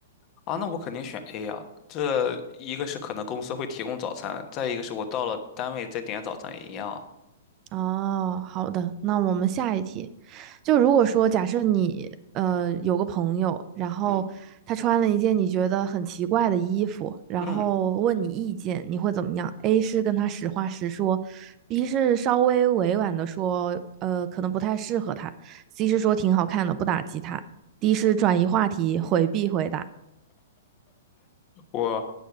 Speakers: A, on the left; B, on the right.
A: 啊，那我肯定选 A 啊。这一个是可能公司会提供早餐，再一个是我到了单位再点早餐也一样啊。
B: 哦，好的，那我们下一题，就如果说假设你呃有个朋友，然后他穿了一件你觉得很奇怪的衣服，
A: 嗯
B: 然后问你意见，
A: 嗯，
B: 你会怎么样？A 是跟他实话实说，B 是稍微委婉的说，呃，可能不太适合他，C 是说挺好看的，不打击他，D 是转移话题，回避回答。
A: 我